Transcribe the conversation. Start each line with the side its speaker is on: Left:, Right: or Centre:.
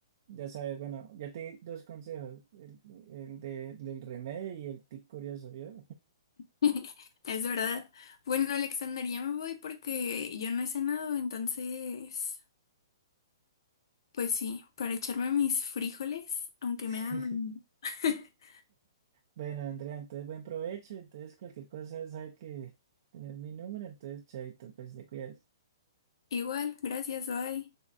Right: ya sabes, bueno, ya te di dos consejos, el, el de- del remedio y el tic curioso, ¿vio?
Left: <laughs> Es verdad. Bueno, Alexander, ya me voy porque yo no he cenado, entonces, pues sí, para echarme mis frijoles, aunque
Right: <laughs>
Left: me hagan mañana. <laughs>
Right: Bueno, Andrea, entonces buen provecho. Entonces, cualquier cosa sabe que tener mi número, entonces chaito, pues te cuidas.
Left: Igual, gracias, bye.